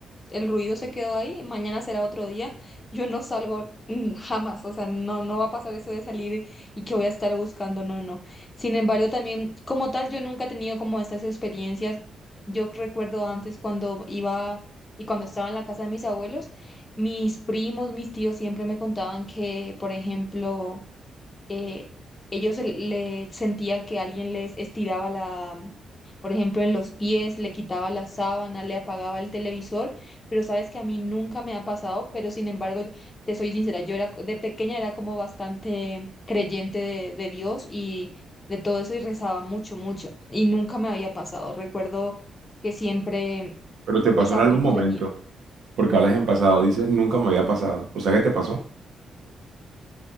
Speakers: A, on the left; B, on the right.
A: el ruido se quedó ahí, mañana será otro día, yo no salgo mm, jamás, o sea, no, no va a pasar eso de salir y que voy a estar buscando, no, no. no. Sin embargo, también como tal, yo nunca he tenido como estas experiencias. Yo recuerdo antes cuando iba y cuando estaba en la casa de mis abuelos, mis primos, mis tíos siempre me contaban que, por ejemplo, eh, ellos le, le- sentía que alguien les estiraba la, por ejemplo, en los pies, le quitaba la sábana, le apagaba el televisor, pero sabes que a mí nunca me ha pasado, pero sin embargo, yo- te soy sincera, yo era, de pequeña era como bastante creyente de, de Dios y de todo eso y rezaba mucho, mucho, y nunca me había pasado. Recuerdo que siempre
B: Pero te pasó
A: mis abuelos
B: en algún momento,
A: venían.
B: porque hablas en pasado, dices nunca me había pasado. O sea, ¿qué te pasó?